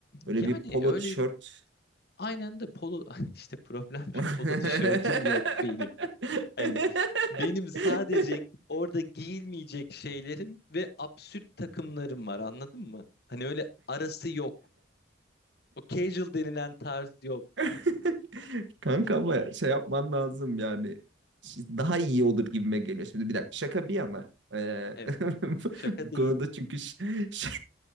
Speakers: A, on the right; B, on the left.
A: böyle
B: Yani
A: bir polo
B: öyle
A: tişört.
B: Aynı anda polo <laughs> işte problem
A: <laughs>
B: şu polo tişörtüm yok benim. Hani benim sadece orada giyilmeyecek şeylerim ve absürt takımlarım var anladın mı? Hani öyle arası yok. O casual denilen tarz yok.
A: <laughs> Kanka ama şey yapman lazım yani daha iyi olur gibime geliyor. Şimdi bir dakika şaka bir yana eee,
B: Evet.
A: <laughs>
B: Şaka
A: bu
B: değil,
A: konuda çünkü ş- ş-